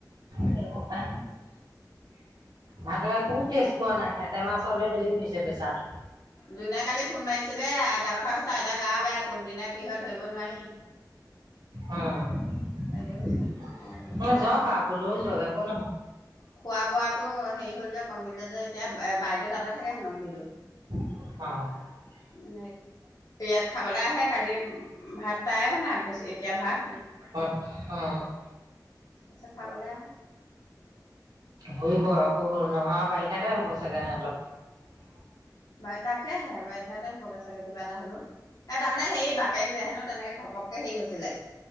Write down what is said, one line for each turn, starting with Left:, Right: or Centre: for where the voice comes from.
Right: সেইব পায় ভাত একো টেষ্ট পোৱাত নাই হতে মাছ হলে দেৰি ধুৰিছে বেচাটো।
Left: যোনে কালি ফোন মাৰিছিলে আইটা কথা কৈছা আইটা গা বেয়া কোনদিনা কি হয় ধৰিব নোৱাৰি।
Right: অহ
Left: সেইটোৱে
Right: ',
Left: কৈছে মই বোলো তাকেহে
Right: ম যাওক গ'লৈ যোৱাগৈ। শুন।
Left: খোৱা বোৱাটো হেৰি হ'ল যে কমিলে যে এতিয়া বাইদেউ তাতে থাকে হেনক বিদুউ।
Right: অহ ',
Left: ন ইয়াত খাবলৈ আহে কালি। ভাত তটায়ে বনাইেছি এতিয়া ভাত।
Right: অহ ',- অহ ',
Left: আ চ খাবলৈ আহে।
Right: ঘোৰিব অসুখ হ'ল নহয় বাৰিষাতে হুব চাগে সেহঁতৰ।
Left: বাৰু তাকে হে বাৰু তাকে হগৈ চাগে কিবা এটা হলো এ তাৰমানে হেৰি বাপেক যে হেনো তেনেকে ঘপককে হেৰি হৈছিলে